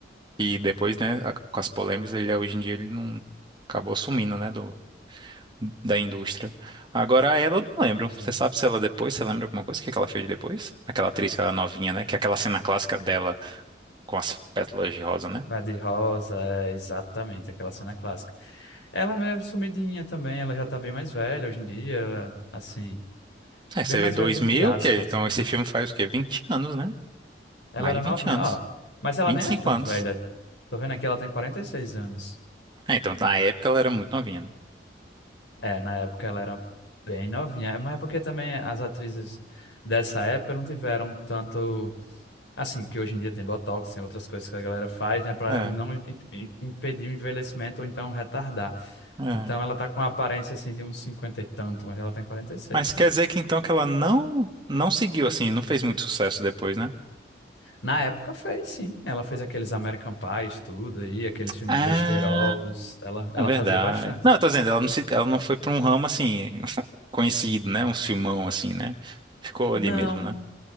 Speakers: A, on the right; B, on the left.
A: E depois, né, a- com as polêmicas, ele hoje em dia ele não acabou sumindo, né, do, da indústria. Agora ela eu não lembro.
B: Exato.
A: Você sabe se ela depois, você lembra alguma coisa? O que é que ela fez depois? Aquela atriz que era novinha, né? Que é aquela cena clássica dela com as pétalas de rosa, né?
B: Bad Rosa, é, exatamente, aquela cena clássica. Ela é meio sumidinha também, ela já tá bem mais velha hoje em dia, assim,
A: É, você
B: bem mais
A: vê 2000,
B: velha entre aspas,
A: o quê? Então
B: né?
A: esse filme faz o quê? vinte anos, né?
B: Ela
A: Mais
B: era
A: de
B: novinha,
A: 20 anos.
B: ó, mas ela
A: vinte
B: nem
A: e cinco
B: é tão
A: anos.
B: velha. Tô vendo aqui, ela tem 46 anos.
A: É, então na época ela era muito novinha, né?
B: É, na época ela era bem novinha, É, mas é porque também as atrizes dessa época não tiveram tanto, assim, que hoje em dia tem botox, tem outras coisas que a galera faz, né, para
A: É,
B: não im- im- impedir o envelhecimento ou então retardar.
A: é.
B: Então ela tá com a aparência assim de uns cinquenta e tanto, mas ela tem quarenta e seis.
A: Mas quer dizer que então que ela não não seguiu assim, não fez muito sucesso depois, né?
B: Na época fez, sim. Ela fez aqueles American Pies, tudo e aqueles filmes
A: Ah,
B: besteiros, ela ela
A: É verdade.
B: fazia bastante.
A: Não, eu tô dizendo, ela não se, ela não foi pra um ramo assim <laughs> conhecido, né? Um filmão assim, né? Ficou
B: Não,
A: ali mesmo, né?